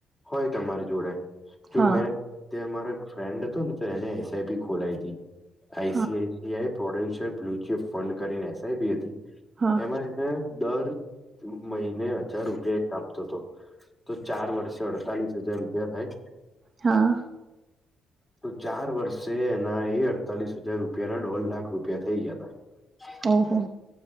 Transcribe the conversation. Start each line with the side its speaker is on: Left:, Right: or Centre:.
Left: હોય, તમારી જોડે, જો
Right: હા
Left: મેં ત્યાં મારો એક ફ્રેન્ડ હતો ને, તો એને એસઆઈપી ખોલાઈતી. આઈસીઆઈસીઆઈ
Right: હા
Left: પ્રોડેશિયલ મ્યુચ્યુઅલ ફંડ કરીને એસઆઈપી હતી,
Right: હા
Left: એમાં એને દર મહિને હજાર રૂપિયા એ કાપતો તો તો ચાર વર્ષે અડતાલીસ હજાર રૂપિયા થાય?
Right: હા
Left: તો ચાર વર્ષે એના એ અડતાલીસ હજાર રૂપિયાના દોઢ લાખ રૂપિયા થઇ ગ્યાતા! રાઇટ
Right: ઓહ હો